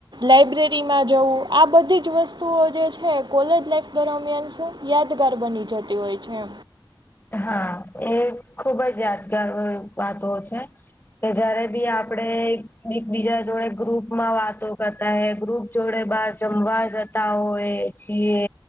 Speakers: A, on the right; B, on the left.
A: લાઈબ્રેરીમાં જવું આ બધી જ વસ્તુઓ જે છે કોલેજ લાઈફ દરમિયાન શું યાદગાર બની જતી હોય છે
B: હા એ ખુબ જ યાદગાર વાતો છે કે જયારે બી આપડે એકબીજા જોડે ગ્રુપ માં વાતો કરતા હ ગ્રુપ જોડે બાર જમવા જતા હોય છીએ